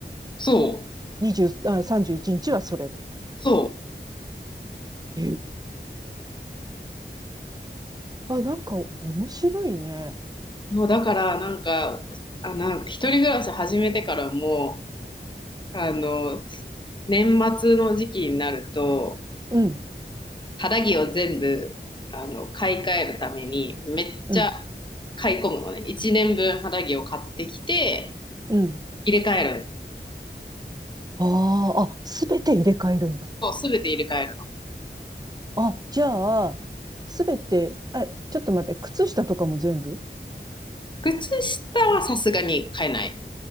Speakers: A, on the left; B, on the right.
A: そう。
B: ?20、あ、31日はそれ。
A: そう。
B: へえ。あ、なんか面白いね。
A: そう、だからなんか、あ、なんか一人暮らし始めてからも、あの、年末の時期になると、
B: うん。
A: 肌着を全部、あの、買い替えるために、めっちゃ
B: うん。
A: 買い込むのね。1年分肌着を買ってきて、
B: うん。
A: 入れ替える。
B: あああ、すべて入れ替えるんだ。
A: そう、すべて入れ替えるの。
B: あ、じゃあ、すべて、え、ちょっと待って、靴下とかも全部
A: 靴下はさすがに買えない。